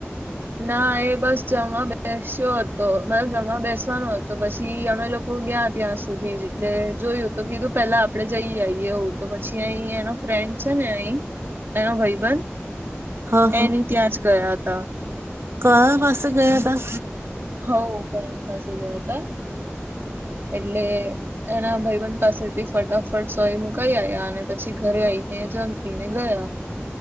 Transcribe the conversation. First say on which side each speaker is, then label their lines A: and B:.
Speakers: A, on the right (about 55°); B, on the right (about 70°).
A: ના એ બસ જમવા બેસ્યો હતો બસ જમવા બેસવાનો હતો. તો પછી અમે લોકો ગયા ત્યાં સુધી એટલે જોયું તો કીધું પેલા આપડે જઈ આવીઈએ એવું તો પછી અહી એનો ફ્રેન્ડ છે ને અહી, એનો ભાઈબંધ.
B: હા
A: એની ત્યાં જ ગયા હતા.
B: કોના પાસે ગયા તા?
A: હ કરણ પાસે ગયા તા, એટલે એના ભઈબન પાસેથી ફટાફટ સોય મુકાઈ આવ્યા અને પછી ઘરે આઈને જમીને ગયા.